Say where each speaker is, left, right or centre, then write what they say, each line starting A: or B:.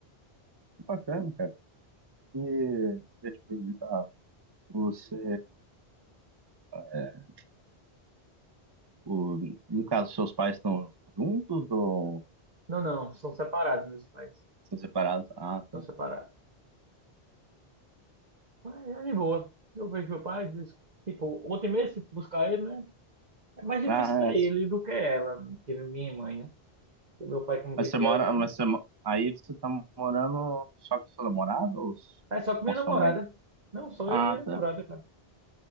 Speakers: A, on the right (about 25°); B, on the right (about 45°).
A: Que bacana, cara. E eu te perguntar, você, é, o, no caso, seus pais estão juntos ou
B: Não, não, são separados meus pais.
A: são separados? Ah,
B: São
A: tá.
B: separados. Mas é de boa. Eu vejo meu pai, às vezes, tipo, ontem mesmo fui buscar ele, né? É mais difícil
A: Ah,
B: pra
A: é,
B: ele do que ela, que é minha mãe, né? Porque meu pai, como
A: Mas
B: vive
A: você
B: viajando,
A: mora, mas você, mo- aí você tá morando só com seu namorado ou s-
B: é só com minha
A: com a sua
B: namorada.
A: mãe?
B: Não, só
A: Ah,
B: eu e minha
A: tá.
B: namorada, cara.